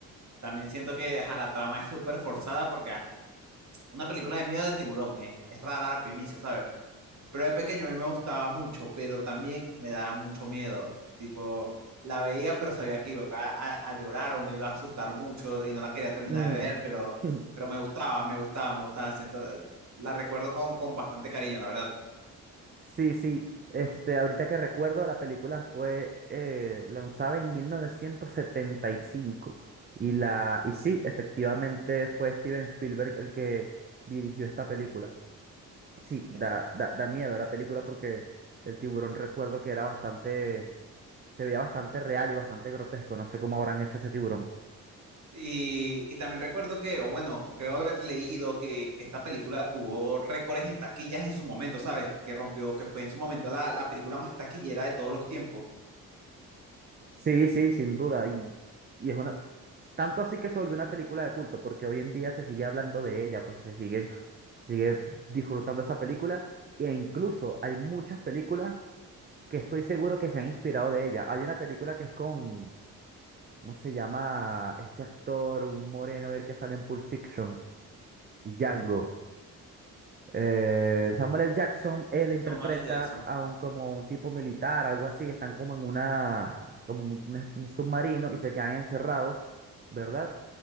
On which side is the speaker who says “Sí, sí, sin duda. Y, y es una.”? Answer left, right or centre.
Right